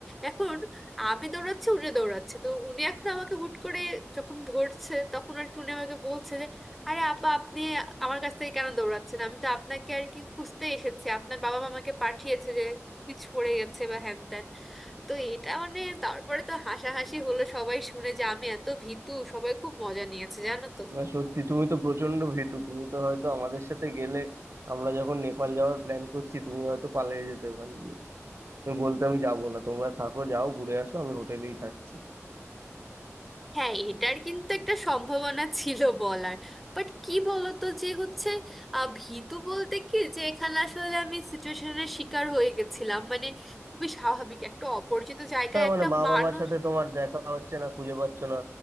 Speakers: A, in the centre; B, on the right (about 60°).
A: এখন আমি দৌড়াচ্ছি উনি দৌড়াচ্ছে তো উনি এখন আমাকে হুট করে যখন ধরছে তখন আর কি উনি আমাকে বলছে যে আরে আপা আপনি আমার কাছ থেকে কেন দৌড়াচ্ছেন আমি তো আপনাকে আর কি খুঁজতে এসেছি আপনার বাবা মামাকে পাঠিয়েছে যে কিছু পড়ে গেছে বা হ্যান ত্যান তো এটা মানে তারপরে তো হাসাহাসি হলো সবাই শুনে যে আমি এত ভীতু সবাই খুব মজা নিয়েছে জানো তো
B: না সত্যি তুমি তো প্রচন্ড ভীতু তুমি তো হয়তো আমাদের সাথে গেলে আমরা যখন নেপাল যাওয়ার প্ল্যান করছি তুমি হয়তো পালিয়ে যেতে ওখান দিয়ে তুমি বলতে আমি যাবো না তোমরা থাকো যাও ঘুরে আসো আমি হোটেলেই থাকছি
A: হ্যাঁ এটার কিন্তু একটা সম্ভাবনা ছিল বলার বাট কি বলতো যে হচ্ছে আহ, ভীতু বলতে কি যে এখানে আসলে আমি সিচুয়েশনের শিকার হয়ে গেছিলাম মানে খুবই স্বাভাবিক একটা অপরিচিত জায়গায়
B: হ্যাঁ মানে
A: একটা
B: মা
A: মানুষ
B: বাবার সাথে তোমার দেখা হচ্ছে না খুঁজে পাচ্ছ না